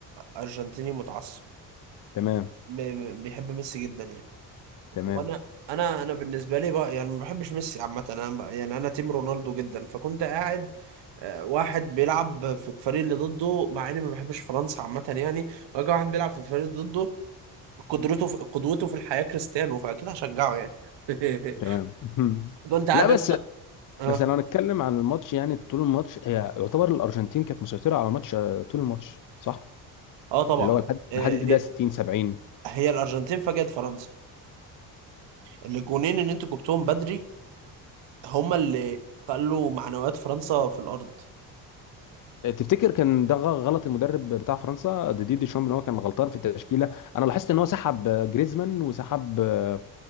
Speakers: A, on the right (about 65°); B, on the left (about 45°).
A: ارجنتيني متعصب
B: تمام
A: ب- ب- بيحب ميسي جدا يعني
B: تمام
A: وانا انا انا بالنسبه لي بقى يعني ما بحبش ميسي عامه انا ب- يعني انا تيم رونالدو جدا فكنت قاعد آه، واحد بيلعب في الفريق اللي ضده مع اني ما بحبش فرنسا عامه يعني واجي واحد بيلعب في الفريق اللي ضده قدرته في قدوته في الحياه كريستيانو فاكيد هشجعه يعني <laughs>
B: تمام <laughs>
A: كنت قاعد
B: لا
A: يس...
B: بس
A: اه
B: بس لو هنتكلم عن الماتش يعني طول الماتش هي يعتبر الارجنتين كانت مسيطره على الماتش آه، طول الماتش صح
A: اه طبعا
B: اللي هو لحد
A: آه،
B: لحد ده
A: هي
B: 60 70
A: هي الارجنتين فاجأت فرنسا الجونين اللي انتوا جبتوهم بدري هما اللي خلوا معنويات فرنسا في الارض
B: تفتكر كان ده غ- غلط المدرب بتاع فرنسا ديدي دي شوم ان هو كان غلطان في التشكيله انا لاحظت ان هو سحب آه، جريزمان وسحب آه،